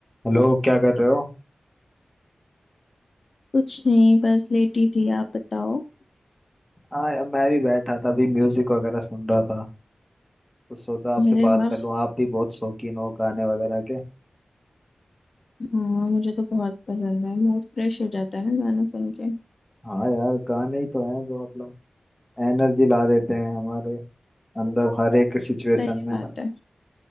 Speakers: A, in the centre; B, on the left (about 55°).
A: हेलो क्या कर रहे हो
B: कुछ नहीं बस लेटी थी आप बताओ
A: हाँ यार मैं भी बैठा था अभी म्यूजिक वगैरह सुन रहा था तो सोचा
B: अरे
A: आपसे बात
B: वाह
A: कर लूँ आप भी बहुत शौकीन हो गाने वगैरह के
B: हाँ मुझे तो बहुत पसंद है मूड फ्रेश हो जाता है ना गाना सुन के
A: हाँ यार गाने ही तो हैं जो मतलब एनर्जी ला देते हैं हमारे अंदर हर एक सिचुएशन
B: सही
A: में
B: बात है